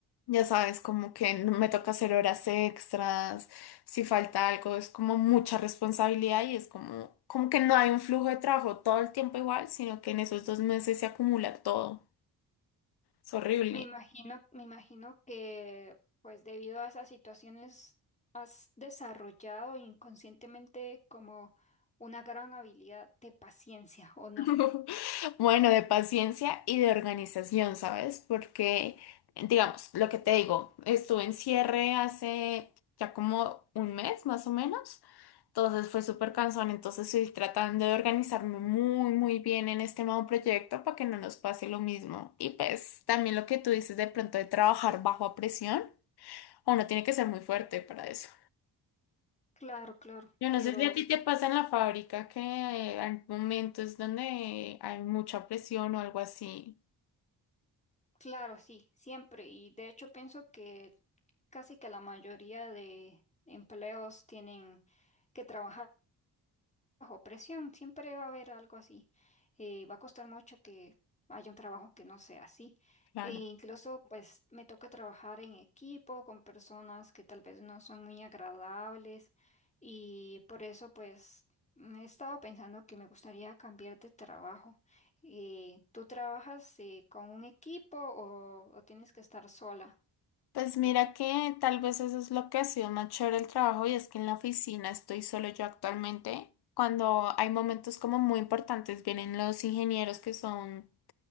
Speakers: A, on the left (about 70°); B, on the left (about 15°).
A: ya sabes, como que n- me toca hacer horas extras, si falta algo, es como mucha responsabilidad y es como, como que no hay un flujo de trabajo todo el tiempo igual, sino que en esos dos meses se acumula todo. Es horrible.
B: Me imagino, me imagino que pues debido a esas situaciones has desarrollado inconscientemente como una gran habilidad de paciencia, ¿o no?
A: <laughs> Bueno, de paciencia y de organización, ¿sabes? Porque, digamos, lo que te digo, estuve en cierre hace ya como un mes más o menos. Entonces fue súper cansón, entonces estoy tratando de organizarme muy, muy bien en este nuevo proyecto para que no nos pase lo mismo. Y pues también lo que tú dices de pronto de trabajar bajo presión, uno tiene que ser muy fuerte para eso.
B: Claro, claro,
A: Yo no
B: pero
A: sé si a ti te pasa en la fábrica que hay momentos donde hay mucha presión o algo así.
B: claro, sí, siempre. Y de hecho pienso que casi que la mayoría de empleos tienen que trabajar. bajo presión, siempre va a haber algo así. Eh, va a costar mucho que haya un trabajo que no sea así.
A: Claro.
B: E incluso, pues, me toca trabajar en equipo con personas que tal vez no son muy agradables y por eso, pues, mm, he estado pensando que me gustaría cambiar de trabajo. Eh, ¿tú trabajas eh, con un equipo o, o tienes que estar sola?
A: Pues mira que tal vez eso es lo que ha sido más chévere el trabajo y es que en la oficina estoy solo yo actualmente. Cuando hay momentos como muy importantes vienen los ingenieros que son